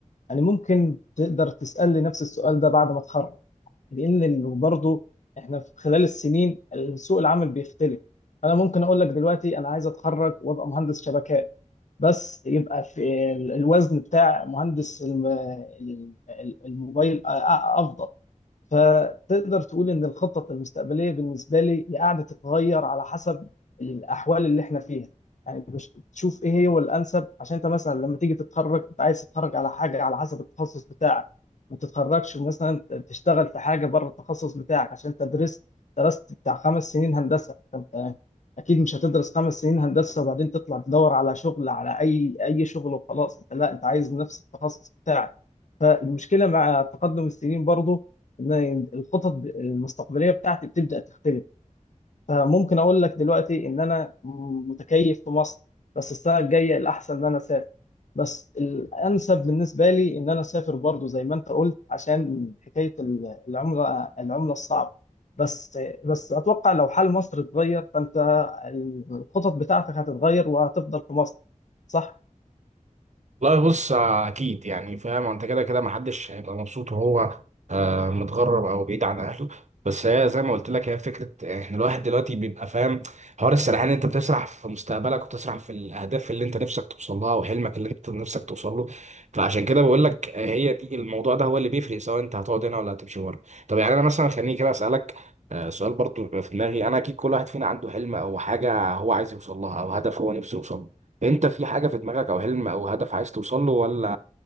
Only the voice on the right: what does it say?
لا بص آه، اكيد يعني فاهم انت كده كده محدش هيبقى مبسوط وهو آه، متغرب او بعيد عن اهله بس هي زي ما قلت لك هي فكره احنا الواحد دلوقتي بيبقى فاهم حوار السرحان انت بتسرح في مستقبلك وبتسرح في الاهداف اللي انت نفسك توصل لها وحلمك اللي انت نفسك توصل له فعشان كده بقول لك آه، هي دي الموضوع ده هو اللي بيفرق سواء انت هتقعد هنا ولا هتمشي بره طب يعني انا مثلا خليني كده اسالك آه، سؤال برضو بيبقى في دماغي انا اكيد كل واحد فينا عنده حلم او حاجه هو عايز يوصل لها او هدف هو نفسه يوصل له انت في حاجة في دماغك او حلم او هدف عايز توصل له ولا